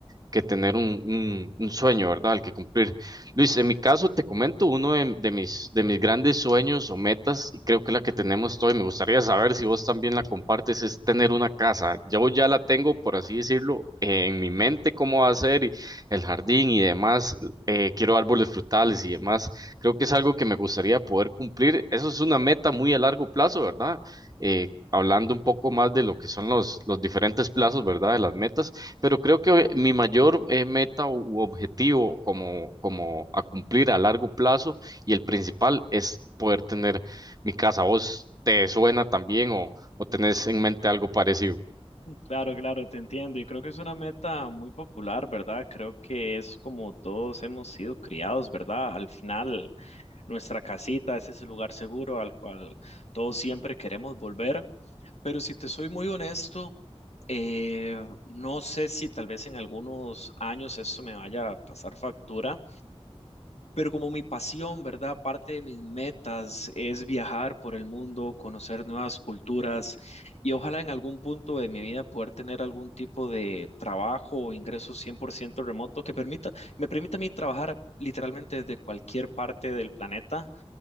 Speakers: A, on the right; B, on the left.
A: que tener un, un- un sueño, ¿verdad? Al que cumplir. Luis, en mi caso, te comento uno de, de mis, de mis grandes sueños o metas, y creo que la que tenemos todos, y me gustaría saber si vos también la compartes, es tener una casa. Yo ya la tengo, por así decirlo, eh, en mi mente cómo va a ser, y el jardín y demás. eh, quiero árboles frutales y demás. Creo que es algo que me gustaría poder cumplir. Eso es una meta muy a largo plazo, ¿verdad? Eh, Hablando un poco más de lo que son los, los diferentes plazos, ¿verdad? De las metas. Pero creo que eh, mi mayor eh, meta u u objetivo como, como a cumplir a largo plazo y el principal es poder tener mi casa. ¿Vos te suena también o, o tenés en mente algo parecido?
B: Claro, claro, te entiendo. Y creo que es una meta muy popular, ¿verdad? Creo que es como todos hemos sido criados, ¿verdad? Al final. nuestra casita, ese es el lugar seguro al cual todos siempre queremos volver. Pero si te soy muy honesto, eh, no sé si tal vez en algunos años eso me vaya a pasar factura, pero como mi pasión, ¿verdad? Parte de mis metas es viajar por el mundo, conocer nuevas culturas y ojalá en algún punto de mi vida poder tener algún tipo de trabajo o ingreso 100% remoto que permita, me permita a mí trabajar literalmente desde cualquier parte del planeta